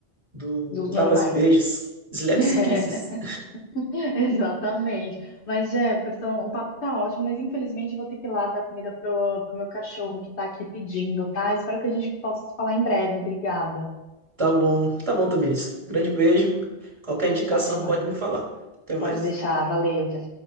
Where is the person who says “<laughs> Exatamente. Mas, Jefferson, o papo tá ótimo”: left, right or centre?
Left